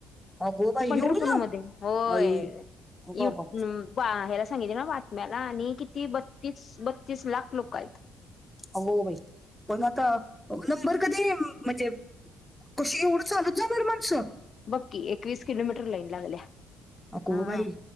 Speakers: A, in the centre; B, on the left.
A: अगो बाई
B: पंढरपूरमध्ये
A: एवढं ना
B: होय
A: आई अगो
B: इव
A: अगो
B: बा ह्याला सांगितलय ना बातम्याला आणि किती बत्तीस बत्तीस लाख लोक आहित.
A: अगं बाई पण आता नंबर कधी म्हणजे? कशी एवढं चालत जाणार माणसं?
B: बघ की एकवीस किलोमीटर लाईन लागली या
A: अगो
B: हा.
A: बाई